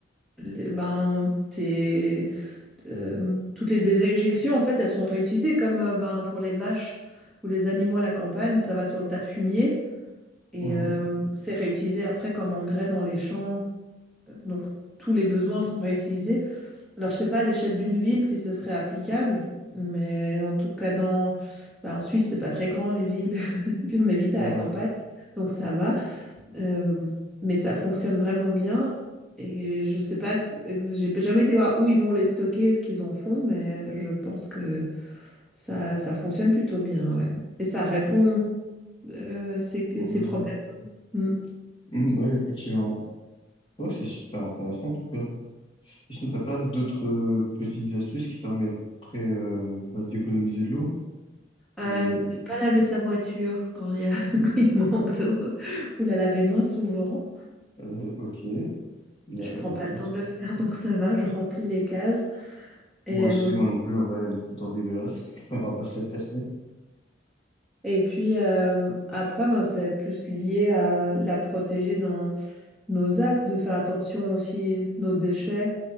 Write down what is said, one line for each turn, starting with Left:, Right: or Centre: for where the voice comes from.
Centre: les- ben tes euh, toutes les déjections en fait elles sont réutilisées comme euh, ben pour les vaches ou les animaux à la campagne ça va sur le tas de fumier et
Left: Mhm.
Centre: euh, c'est réutilisé après comme engrais dans les champs donc tous les besoins sont réutilisés Alors, je sais pas à l'échelle d'une ville si ce serait applicable, mais en tout cas, dans... bah, en Suisse, c'est pas très grand les villes, <laughs> puis on est vite
Left: Ouais,
Centre: à la campagne, donc ça va. Euh, mais ça fonctionne vraiment bien. Et je sais pas, ce- ex- j'ai jamais été voir où ils vont les stocker, ce qu'ils en font, mais je pense que ça, ça fonctionne plutôt bien, ouais. Et ça répond euh, à ces,
Left: au
Centre: à ces
Left: besoin.
Centre: problèmes. Mm.
Left: Mhm, ouais, effectivement. Ouais, c'est super intéressant en tout cas. Et sinon, t'as pas d'autres euh, petites astuces qui permettraient euh, bah, d'économiser de l'eau?
Centre: Euh,
Left: Euh,
Centre: ne pas laver sa voiture quand il y a- <laughs> quand il manque d'eau, ou la laver moins souvent.
Left: <laughs> euh, ok. Là,
Centre: je prends pas
Left: moi,
Centre: le temps
Left: ça-
Centre: de le faire, donc ça va, je remplis les cases. Et,
Left: moi aussi, moi non plus, en vrai, elle est tout le temps dégueulasse. <laughs> On va pas se le cacher.
Centre: et puis euh, après, ben, c'est plus lié à la protéger dans nos actes, de faire attention aussi nos déchets,